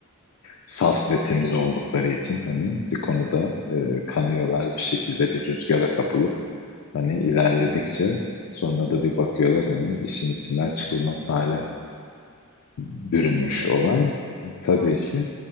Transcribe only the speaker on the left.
saf ve temiz oldukları için hani bir konuda e, kanıyorlar bir şekilde bir rüzgara kapılıp hani ilerledikçe sonra da bir bakıyorlar hani işin içinden çıkılmaz hale bürünmüş
olay.
Tabii
ki